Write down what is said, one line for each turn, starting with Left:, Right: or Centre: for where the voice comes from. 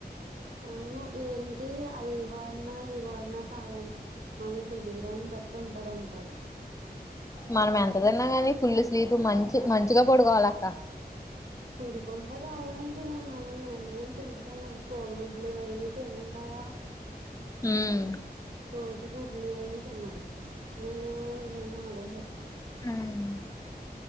Right: అవును ఏమి. అంటే అది వాడినా ఈ వాడినా కాదంటా మన శరీరాన్ని బట్టి ఉంటదంటా అది.
Left: మనం ఎంత తిన్నా గాని ఫుల్ స్లీప్ మంచి మంచిగా పడుకోవాలి అక్క.
Right: పడుకుంటే కాదంచి నేను మనం నడుముని తింటే తినాలి కోడిగుడ్లు అవి తినం కదా.
Left: ఉమ్.
Right: రోజు గుడ్లు అయి తినము. ఆహ్ నేను మా ఆలో చెప్తాను.
Left: ఉమ్